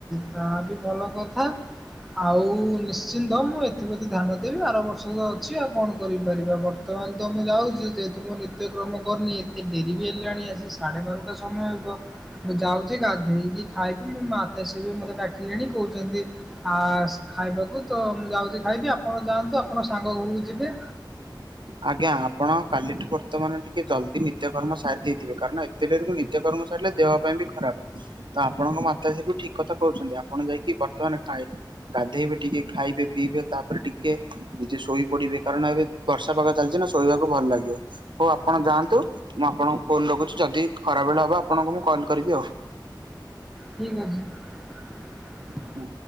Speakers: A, in the centre; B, on the right (about 75°).
A: ତା ବି ଭଲ କଥା ଆଉ ମି ନିଶ୍ଚିତ ମୁଁ ଏଥିପ୍ରତି ଧ୍ୟାନ ଦେବି ଆର ବର୍ଷ ଅଛି ଆଉ କଣ କରିପାରିବା ବର୍ତ୍ତମାନ ତ ମୁଁ ଯାଉଛୁ ଯେହେତୁ ମୁଁ ନିତ୍ୟକ୍ରମ କରିନି ଏତେ ଡେରି ବି ହେଲାଣି ଆସି ସାଢେ ବାରଟା ସମୟ ମୁଁ ଯାଉ ଯେ ଗାଧେଇକି ଖାଇକି ମୋ ମାତା ସେ ବି ମୋତେ ଡାକିଲେଣି କହୁଛନ୍ତି ଆ ଖାଇବାକୁ। ତ ମୁଁ ଯାଉଛି ଖାଇବି ଆପଣ ଯାଆନ୍ତୁ ଆପଣ ସାଙ୍ଗ ଘରକୁ ଯିବେ।
B: ଆଜ୍ଞା ଆପଣ କାଲିଠୁ ବର୍ତ୍ତମାନ ଟିକେ ଜଲଦି ନିତ୍ୟ କର୍ମ ସାରି ଦେଇଥିବେ କାରଣ ଏତେ ଦେରକୁ ନିଜ କର୍ମ ସାରିଲେ ଦେହ ପାଇଁ ବି ଖରାପ ତ ଆପଣଙ୍କ ମାତା ଶ୍ରୀ ଠିକ କଥା କହୁଛନ୍ତି ଆପଣ ଯାଇକି ବର୍ତ୍ତମାନ ଠାଏ ଗାଧେଇବେ ଟିକେ ଖାଇବେ ପିଇବେ ତାପରେ ଟିକେ ନିଜେ ଶୋଇ ପଡିବେ କାରଣ ଏବେ ବର୍ଷା ପକା ଚାଲିଛି ନା ଶୋଇବାକୁ ଭଲ ଲାଗିବ ହଉ ଆପଣ ଯାଆନ୍ତୁ ମୁଁ ଆପଣଙ୍କୁ ଫୋନ୍ ରଖୁଛି ଯଦି ଖରା ବେଳ ହବ ଆପଣଙ୍କୁ ମୁଁ କଲ୍ କରିବି ଆଉ।
A: ଠିକ ଅଛି।
B: ଆଉ।